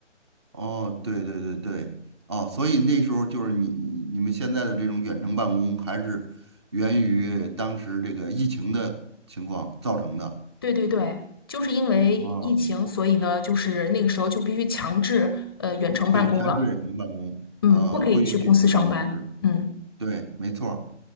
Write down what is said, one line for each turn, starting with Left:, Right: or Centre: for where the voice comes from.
Right: 哦，对对对对，哦，所以那时候就是你你你们现在的这种远程办公，还是源于当时这个疫情的情况造成的。
Left: 对对对，就是因为疫情，
Right: 哦，
Left: 所以呢，就是那个时候就必须强制呃远程办公了，
Right: 对，全是远程办公啊，
Left: 嗯，不可以去公司上班，
Right: 不允许进办公室。
Left: 嗯。
Right: 对，没错儿。